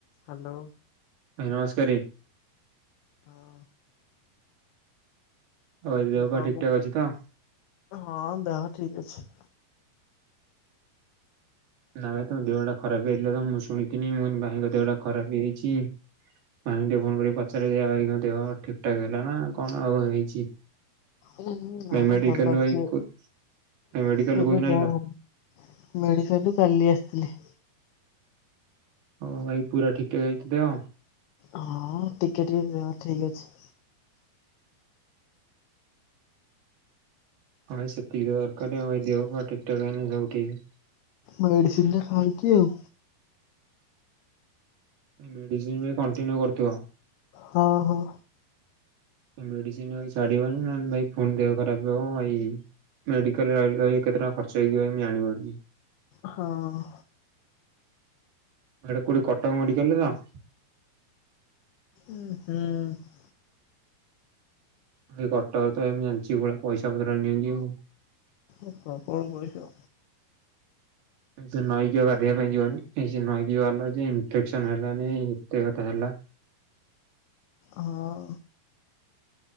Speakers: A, on the left; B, on the right.
A: Hello.
B: ନମସ୍କାରରେ।
A: ହଁ।
B: ହଉ ଏ ଦେହ ପା
A: କଣ
B: ଠିକ୍
A: କରୁ
B: ଠାକ୍ ଅଛି ତ?
A: ହଁ ଦେହ ଠିକ୍ ଅଛି।
B: ନା ଭାଇ ତମ ଦେହଟା ଖରାପ ହେଇଥିଲା ତ ମୁଁ ଶୁଣିନି ମୁ ଭାଇଙ୍କ ଦେହଟା ଖରାପ ହେଇଛି। ଭାଇ ଟିକେ ଫୋନ କରିକି ପଚାର ଦିଆ ଭାଇ ଦେହ ଠିକଠାକ ହେଲା ନା କଣ ଆଉ ହେଇଛି।
A: ଉଁ ନା
B: ଭାଇ ମେଡିକାଲରୁ
A: ଭଲ ଅଛି
B: ଭାଇ
A: <unintelligible>
B: କୋ ଭାଇ ମେଡିକାଲରୁ
A: ଏବେ
B: କୋଉଦିନ ଆଇଲ?
A: ଭଲ। ମେଡ଼ିକାଲରୁ କାଲି ଆସିଥିଲି।
B: ହଁ ଭାଇ ପୁରା ଠିକ ଠାକ୍ ହେଇଛି ଦେହ।
A: ହଁ ଟିକେ ଟିକେ ଦେହ ଠିକ୍ ଅଛି।
B: ହ ସେତିକି ଦରକାରାଇ ଦେହ ପା ଠିକଠାକ ହେଲାଣି ଦେହ ଉଠେଇକି।
A: ମେଡିସିନ ଟା ଖାଉଛି ଆଉ।
B: ମେଡିସିନ ବି କଣ୍ଟିନ୍ୟୁ କରୁଥିବ।
A: ହଁ ହଁ।
B: ମେଡିସିନ ଛାଡିବନି ନହେଲେ ଭାଇ ପୁଣିଦେହ ଖରାପ ହେବ ଭାଇ। ମେଡାଲରେ ରହିଲେ କେତେ ଟଙ୍କା ଖର୍ଚ୍ଚ ହେଇଯିବ ଏମ ଜାଣିପାରୁନି।
A: ହଁ।
B: ଏଟା କଉଠି କଟକ ମେଡିକାଲରେ ତ।
A: ହଁ ହୁଁ।
B: ଏଇ କଟକରେ ତ ଏମ ଜାଣିଛି ଏଗୁଡା ପଇସା ପତ୍ର ନିଅନ୍ତି ଆଉ।
A: ଏ ପ୍ରବଳ କରିଛ।
B: ସେ ନଈକି ଆଉ ଗାଧିବା ପାଇଁ ଯିବନି ନଈକି ବା ଇନଫେକ୍ସନ ହେଲାନି ଏତେ କଥା ହେଲା।
A: ହଁ।